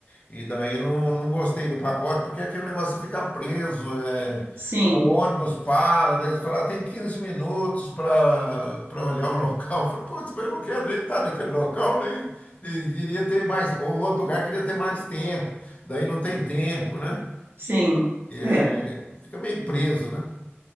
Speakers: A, on the left; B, on the right.
A: E daí não, não gostei do pacote, porque é aquele negócio de ficar preso, é,
B: sim,
A: o ônibus para, daí eles falam, "Ah, tem 15 minutos para para olhar o local. <laughs> Eu falei, putz, mas eu não quero nem estar naquele local, nem, nem queria ter mais, ou outro lugar queria ter mais tempo, daí não tem tempo, né?
B: sim.
A: E,
B: É.
A: é, fica meio preso, né?